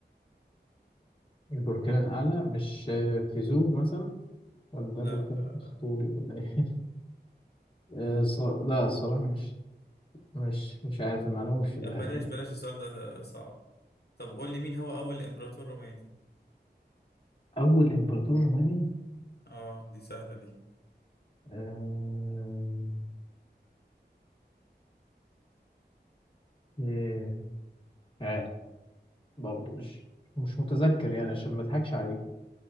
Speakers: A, on the left (about 30°); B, on the left (about 65°).
A: البركان الأعلى مش آه، فيزوف مثلا ولا ده
B: لا
A: بركان
B: ب-
A: أسطوري
B: ب-
A: ولا ايه <laughs> آه، ص... لا الصراحة مش مش مش عارف المعلومة مش في دماغي
B: لا بلاش بلاش السؤال ده صعب طب قول لي مين هو اول امبراطور روماني
A: أول إمبراطور روماني
B: اه دي سهله دي
A: آه، آه، مش عارف برضه مش مش متذكر يعني عشان ما اضحكش عليك